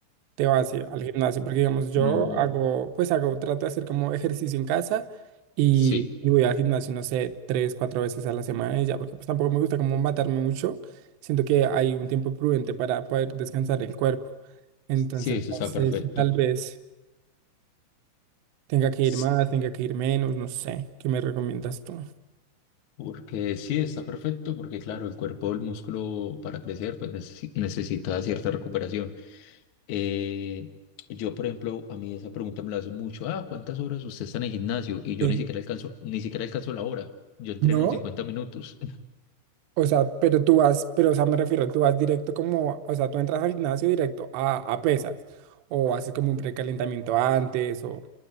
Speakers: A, on the right (about 70°); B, on the left (about 70°).
A: te vas eh, al gimnasio, porque digamos yo
B: no,
A: hago, pues hago, trato de hacer como ejercicio en casa y,
B: sí,
A: y voy al gimnasio, no sé, tres, cuatro veces a la semana y ya, porque pues tampoco me gusta como matarme mucho, siento que hay un tiempo prudente para poder descansar el cuerpo, entonces
B: sí, eso
A: no
B: está
A: sé
B: perfecto.
A: si tal vez tenga que ir
B: S-
A: más, tenga que ir menos, no sé, ¿qué me recomiendas tú?
B: Porque sí, está perfecto, porque claro, el cuerpo, el músculo para crecer, pues necesi- necesita cierta recuperación. Eh, yo, por ejemplo, a mí esa pregunta me la hacen mucho, ah, ¿cuántas horas usted está en el gimnasio? Y yo
A: Sí.
B: ni siquiera alcanzo, ni siquiera alcanzo la hora. Yo entreno
A: ¿No?
B: en 50 minutos.
A: O sea, pero tú vas, pero o sea, me refiero, tú vas directo como, o sea, tú entras al gimnasio directo a, a pesas, o haces como un precalentamiento antes, o...